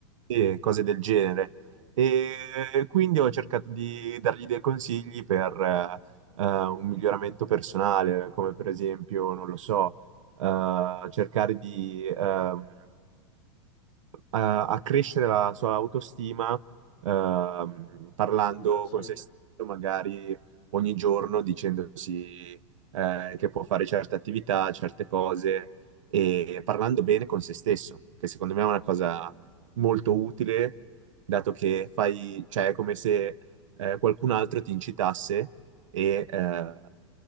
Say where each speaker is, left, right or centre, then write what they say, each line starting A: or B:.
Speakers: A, on the right (about 80°); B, on the left (about 30°).
A: sì, e cose del genere. E quindi ho cercato di dargli dei consigli per eh, eh, un miglioramento personale, come per esempio, non lo so, eh, cercare di ehm, a, a crescere la sua autostima ehm, parlando
B: Mi sembra, sì.
A: con
B: È
A: se stesso magari ogni giorno dicendosi eh, che può fare certe attività, certe cose e parlando bene con se stesso, che secondo me è una cosa molto utile, dato che fai, cioè, è come se eh, qualcun altro ti incitasse e eh,